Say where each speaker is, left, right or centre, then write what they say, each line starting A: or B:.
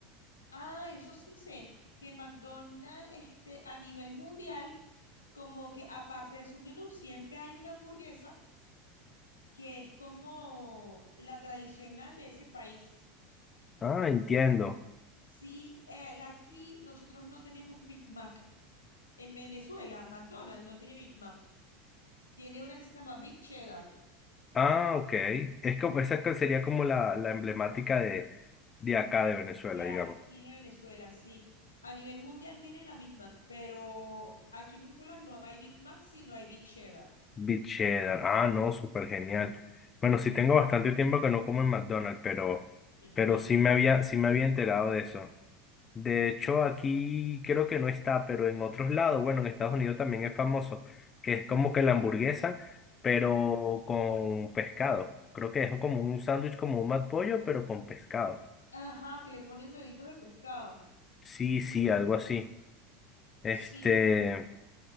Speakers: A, on the left; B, on the left.
A: Ah, eso sí sé, que McDonald's este, a nivel mundial, como que aparte de su menú, siempre hay una hamburguesa que es como la tradicional de ese país.
B: Ah, entiendo.
A: Sí, eh, la- aquí nosotros no tenemos Big Mac. En Venezuela, McDonald's no tiene Big Mac. Tiene una que se llama Big Cheddar.
B: Ah, ok. Es como, esa es que sería como la, la emblemática de, de acá de Venezuela,
A: Y
B: digamos.
A: aquí de Venezuela, sí. A nivel mundial tienen la Big Mac, pero aquí en Venezuela no hay Big Mac, sino hay Big Cheddar.
B: Beef cheddar. Ah, no, súper genial. Bueno, sí tengo bastante tiempo que no como en McDonald's, pero,
A: Yo también.
B: pero sí me había, sí me había enterado de eso. De hecho, aquí creo que no está, pero en otros lados, bueno, en Estados Unidos también es famoso, que es como que la hamburguesa, pero con pescado. Creo que es como un sándwich, como un McPollo, pero con pescado.
A: Ajá, que le ponen deditos de pescado.
B: Sí, sí, algo así. Este,
A: Sí,